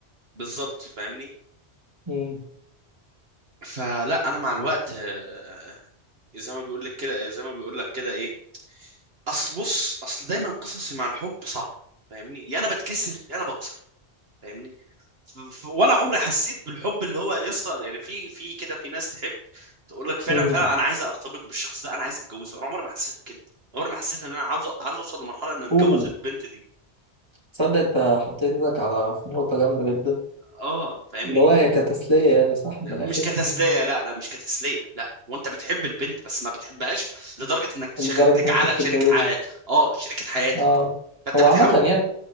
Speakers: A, on the right; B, on the right.
A: بالظبط فاهمني
B: امم
A: فلا انا مع الوقت آه، زي ما بيقول لك كده زي ما بيقول لك كده ايه اصل بص اصل دايما قصصي مع الحب صعبه فاهمني يا انا بتكسر يا انا بكسر فاهمني ف- ف- ولا عمري حسيت بالحب اللي هو يا اسطى يعني في في كده في ناس تحب تقول لك فعلا
B: امم
A: فعلا انا عايز ارتبط بالشخص ده انا عايز اتجوزه انا عمري ما حسيت بكده عمري ما حسيت ان انا عاوز عاوز اوصل لمرحله ان اتجوز
B: اوه
A: البنت دي
B: تصدق انت حطيت ايدك على نقطة جامدة جدا
A: اه فاهمني
B: اللي هو هي كتسلية يعني صح من
A: مش
B: الأخير
A: كتسليه
B: عشان
A: لا لا مش كتسليه لا وانت بتحب البنت بس ما بتحبهاش لدرجه انك تشخل-
B: لدرجة
A: تجعلها
B: إن أنت كنت
A: شريك
B: تتجوزه
A: حياتك اه شريكه حياتك
B: اه
A: فانت
B: هو
A: بتحاول
B: عامة يعني